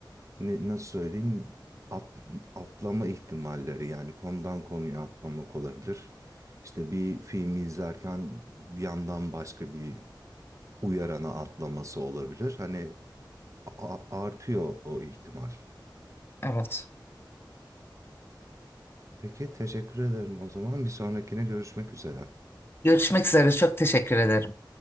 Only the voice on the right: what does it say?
ne- nasıl söyleyeyim at- atlama ihtimalleri yani konudan konuya atlamak olabilir. İşte bir filmi izlerken bir yandan başka bir uyarana atlaması olabilir. Hani a- a- artıyor o ihtimal.
Peki teşekkür ederim o zaman. Bir sonrakine görüşmek üzere.